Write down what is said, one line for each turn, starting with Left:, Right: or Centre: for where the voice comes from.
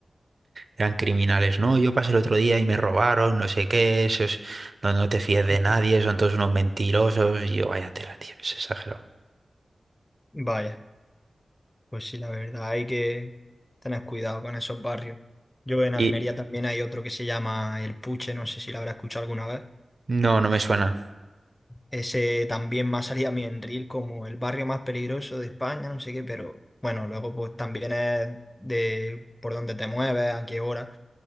Right: eran criminales, no, yo pasé el otro día y me robaron, no sé qué, esos, no, no te fíes de
Left: <laughs>
Right: nadie, son todos unos mentirosos, y yo, vaya tela, tío, es exagerado.
Left: Vaya, pues sí, la verdad hay que tener cuidado con esos barrios. Yo en
Right: Y
Left: Almería también hay otro que se llama El Puche, no sé si lo habrá escuchado alguna vez.
Right: no, no me suena.
Left: Ese también más salía a mí en Reel como el barrio más peligroso de España, no sé qué, pero bueno, luego pues también es de por dónde te mueves, a qué hora,